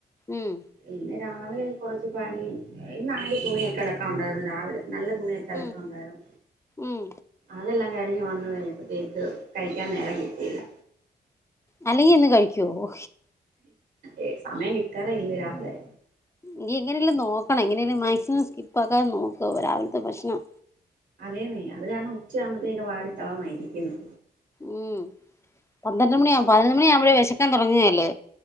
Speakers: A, on the left (about 15°); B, on the right (about 85°).
A: ഉം
B: പിന്നെ രാവിലെ കുറച്ച് പണി ഇന്നാണെങ്കിൽ തുണിക്കലൊക്കാ ഉണ്ടായിരുന്നു രാവിലെ നല്ലതുണിഒക്കെ അലക്കാൻ
A: ഉം
B: ഉണ്ടാരുന്നു
A: ഉം
B: അതെല്ലാം - കഴിഞ്ഞ് വന്നു കഴിഞ്ഞപ്പാതേക്ക് കഴിക്കാൻ നേരം കിട്ടിയില്ല
A: അല്ലെങ്കി ഇന്ന് കഴിക്കുവോ
B: ഏ സമയം കിട്ടാറെ ഇല്ല രാവിലെ
A: എനി എങ്ങനെലും നോക്കണം എങ്ങനെലും മാക്സിമം സ്കിപ്പ ആക്കാതെ നോക്കോ രാവിലത്തെ ഭക്ഷണം
B: അതേന്നെയ അത് കാരണം ഉച്ചയാമ്പഴത്തേക്ക് വാടിതളർന്നയിരിക്കുന്നെ
A: ഉം പന്ത്രണ്ട്
B: ഉച്ച
A: മണിയാവുമ്പ പതിനൊന്ന് മണിയാവുമ്പോഴേ വിശക്കാൻ തുടങ്ങിയല്ലേ